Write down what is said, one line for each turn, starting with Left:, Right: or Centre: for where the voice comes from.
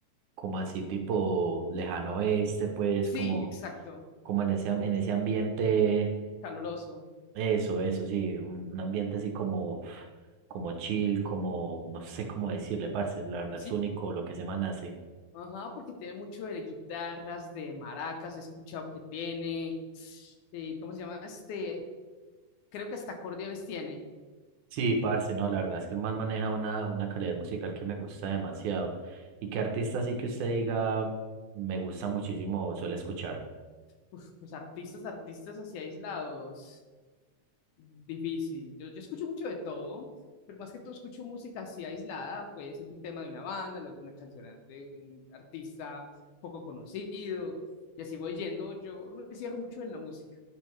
Right: como así tipo lejano oeste, pues
Left: Sí,
Right: como,
Left: exacto.
Right: como en ese, am-
Left: cu-
Right: en ese ambiente,
Left: caloroso.
Right: eso, eso, sí, un, un ambiente así como, como chill, como, no sé cómo decirle, parce, la verdad
Left: Sí,
Right: es único lo que ese man hace.
Left: ajá, porque tiene mucho de guitarras, de maracas, he escuchado que tiene. eh, ¿cómo se llama? Este, creo que hasta acordeones tiene.
Right: Sí, parce, no, la verdad es que el man maneja una, una calidad musical que me gusta demasiado. ¿Y qué artista así que usted diga me gusta muchísimo suele escuchar?
Left: Uf, pues artistas, artistas así aislados. Difícil. Yo, yo escucho mucho de todo, pero más que todo escucho música así aislada. Puede ser un tema de una banda, luego una canción de un artista poco conocido. Y así voy yendo. Yo no me cierro mucho en la música.